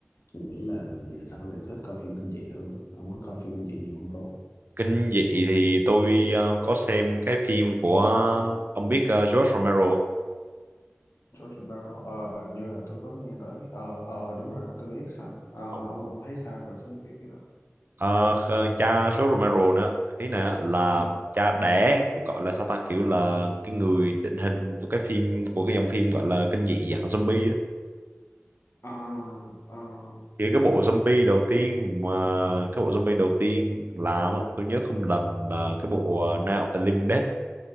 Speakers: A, on the left; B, on the right.
A: tôi nghĩ là giờ sau này thích coi phim kinh dị hơn ông có coi phim kinh dị nhiều không bro
B: kinh dị thì tôi ờ, có xem cái phim của ờ, ông biết ờ, George Romero
A: George Romero ờ, hình như là tôi có nghe tới ờ ờ đúng rồi đó tôi biết sao Ờ,
B: không
A: ông ông thấy sao về cái cái cái đó
B: Ờ, kh- cha số Romero nữa ý nè là
A: ừ.
B: cha đẻ cũng gọi là sao ta kiểu là cái người định hình của cái phim của cái dòng phim gọi là kinh dị dạng zombie á.
A: à à
B: thì cái
A: let's
B: bộ zombie
A: see.
B: đầu tiên mà cái bộ zombie đầu tiên làm á, tôi nhớ không lầm là cái bộ uh, Night of the Living Dead